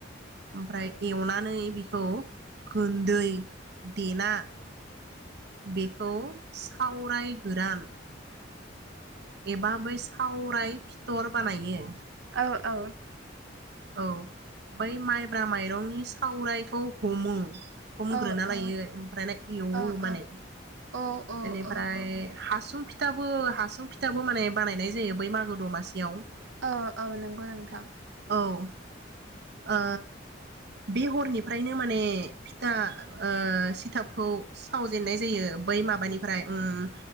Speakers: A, on the right (about 60°); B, on the right (about 80°).
A: ओमफ्राय एवनानै बिख खौ गोन्दै देना बेखौ सावराय गोरान एबा बै सावराय फिथर बानायो।
B: औ औ
A: औ बै माइब्रा माइरंनि सावरायखौ हमो। हमग्रोना
B: औ औ
A: लायो ओमफ्राय ना एवो
B: औ औ
A: माने
B: औ
A: बेनिफ्राय
B: औ
A: हासुं फि थाबो हासुं फिथाबो माने बानायनाय जायो बै मागो दमासियाव।
B: अ औ नंगौ नोंथां।
A: औ ओ बे हरनिफ्रायनो माने फिथा ओ सिथाबखौ सावजेननाय जायो। बै माबानिफ्राय उम